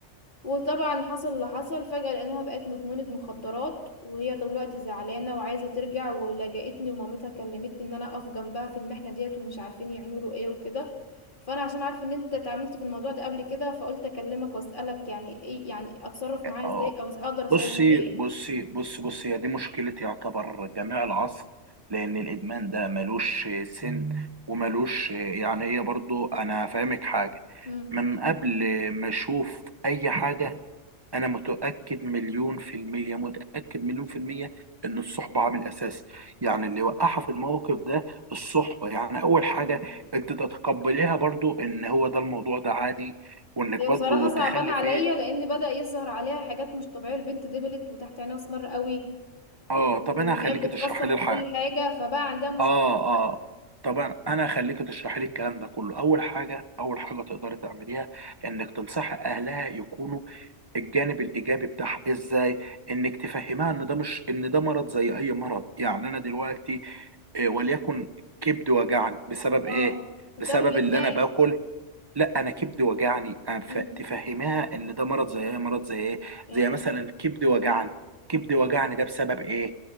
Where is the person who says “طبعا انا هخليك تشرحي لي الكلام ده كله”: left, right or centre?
Right